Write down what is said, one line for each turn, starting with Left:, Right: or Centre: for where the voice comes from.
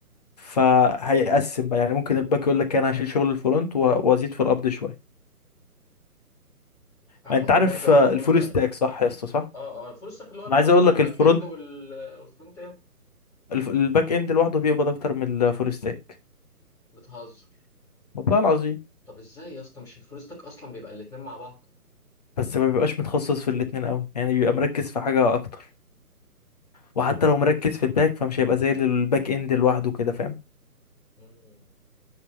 Left: فهيقسم بقى يعني ممكن الباك يقول لك انا هشيل شغل الفرونت و- وازيد في القبض شويه
Centre: عامة
Left: ما انت عارف
Centre: برضه عمرهم
Left: آه، الفول
Centre: ما
Left: ستاك صح يا اسطى صح
Centre: اه اه الفول ستاك اللي هو العمال
Left: انا عايز اقول لك
Centre: الباك
Left: الفرونت
Centre: اند وال- آه، والفرونت اند
Left: الف- الباك اند لوحده بيقبض اكتر من الفول ستاك
Centre: بتهزر
Left: والله العظيم
Centre: طب ازاي يا اسطى مش الفلوسك اصلا بيبقى الاتنين مع بعض
Left: بس ما بيبقاش متخصص في الاتنين قوي يعني بيبقى مركز في حاجة اكتر وحتى لو مركز في الباك فمش هيبقى زي الباك اند لوحده كده فاهم
Centre: مم.